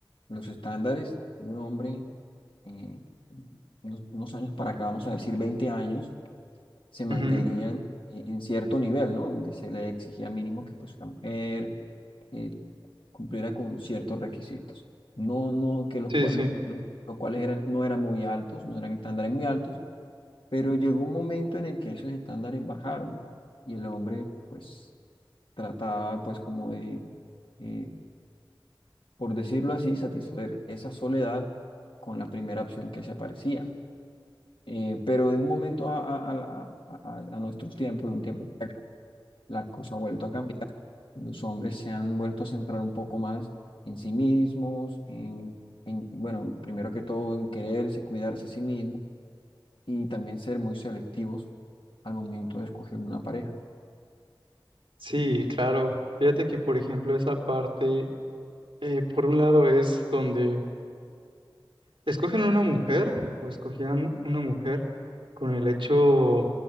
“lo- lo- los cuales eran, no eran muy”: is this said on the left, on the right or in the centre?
Left